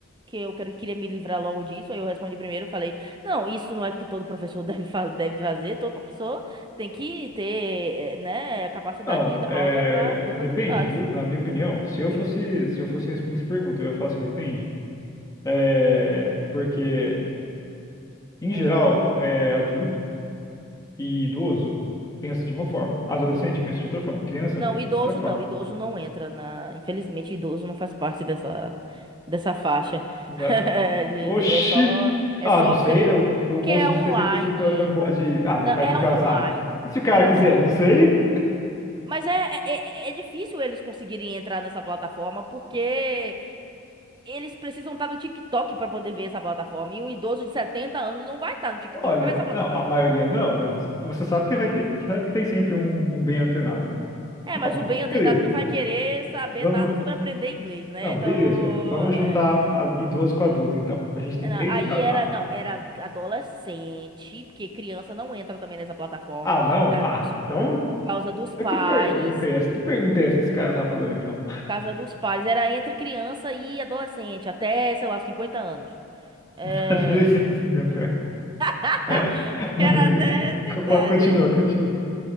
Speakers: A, on the right; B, on the left.
A: que eu quero- queria me livrar logo disso. Aí eu respondi primeiro, falei: Não, isso não é o que todo professor <laughs> deve, fa- deve fazer. Todo professor tem que ter, eh, né, a capacidade
B: Não,
A: de dar
B: é,
A: aula para todas
B: depende,
A: as idades.
B: viu? Na minha opinião, se eu fosse, se eu fosse responder essa pergunta, eu ia falar assim, depende. É, porque, em
A: Hum.
B: geral, é, adulto e idoso pensa de uma forma. Adolescente pensa de outra forma. Criança
A: Não,
B: pensa
A: idoso
B: de outra forma.
A: não, idoso não entra na. Infelizmente, idoso não faz parte dessa, dessa faixa.
B: Na...
A: <laughs> É
B: Oxi!
A: só, é
B: Ah,
A: só
B: não sei,
A: cri...
B: meu. O
A: porque
B: moço
A: é online,
B: de 65 anos não pode. Ah,
A: não
B: mas vai
A: é
B: que o cara
A: online
B: sabe. E se o cara
A: e
B: quiser?
A: se-
B: Não sei.
A: Mas é, é, é é difícil eles conseguirem entrar nessa plataforma porque eles precisam estar no TikTok para poder ver essa plataforma. E um idoso de 70 anos não vai estar no TikTok
B: Olha,
A: para ver essa plataforma.
B: não, a maioria não, mas você sabe que vai ter. Você sabe que tem sempre um, um bem antenado.
A: É,
B: Não,
A: mas
B: mas
A: o bem
B: beleza.
A: antenado não vai querer saber
B: Vamos.
A: nada sobre aprender inglês, né?
B: Não,
A: Então,
B: beleza. Vamos
A: é,
B: juntar a-
A: é,
B: idoso com adulto, então. A gente tem
A: Não,
B: três
A: aí
B: tá, faixas.
A: era, não, era adolescente, porque criança não entra também nessa plataforma,
B: Ah, não?
A: por causa
B: Ah,
A: dos,
B: então.
A: por causa dos pais,
B: eu Que pergunta é essa? Que pergunta é essa que esse cara tá falando, então?
A: por causa dos pais, era entre criança e adolescente, até, sei lá, 50 anos. É,
B: <laughs> Adolescente de 50 anos.
A: <laughs>
B: <laughs> Não,
A: Era
B: beleza.
A: até essa idade
B: Co- Continua,
A: aí.
B: continua.